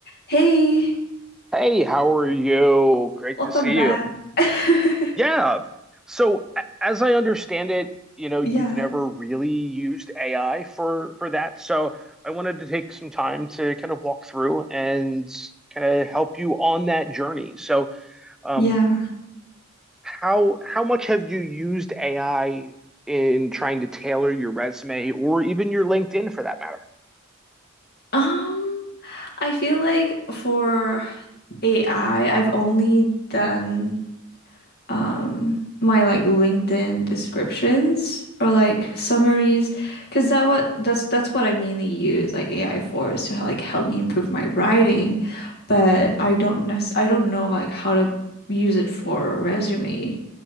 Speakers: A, on the left; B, in the centre.
A: Hey,
B: Hey, how are you? Great
A: welcome
B: to see
A: back.
B: you.
A: <laughs>
B: Yeah. So, a- as I understand it, you know,
A: Yeah,
B: you've never really used AI for for that. So, I wanted to take some time to kind of walk through and kind of help you on that journey. So, um,
A: yeah.
B: how how much have you used AI in trying to tailor your resume or even your LinkedIn for that matter?
A: Um, I feel like for AI, I've only done um my like LinkedIn descriptions or like summaries because that what that's that's what I mainly use like AI for is to like help me improve my writing, but I don't nec I don't know like how to use it for a resume.